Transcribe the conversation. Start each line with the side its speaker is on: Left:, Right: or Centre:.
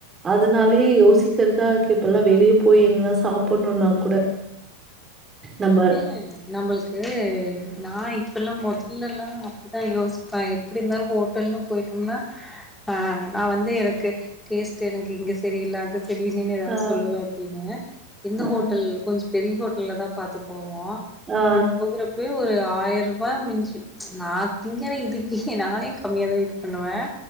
Right: அதனாலே யோசிக்கறதா இருக்கு இப்பல்லா வெளிய போய் எங்கானா சாப் புன்னுனா கூட நம்ப
Centre: அ நம்பளுக்கு நாய் இப்பல்லா மொதல்லல்லா அப்படிதா யோசிப்ப எப்படி இருந்தாலு ஹோட்டல்ன்னு போயிட்டோம்னா ஆ நா வந்து எனக்கு டேஸ்ட்டு எனக்கு இங்க சரியில்ல அங்க அங்க சரியில்லனு ஏதாவது
Right: ஆ
Centre: சொல்லுவோ அப்டின்னு எந்த
Right: ஆ
Centre: ஹோ ட்டல் கொஞ்சோ பெரிய ஹோட்டல்ல தா பாத்து போவோ
Right: ஆ
Centre: அப்படி போகற போவே ஒரு ஆயிரரூபாய மிஞ்சு நா திங்கற இதுக்கு நானே கம்மியாதா இது பண்ணுவே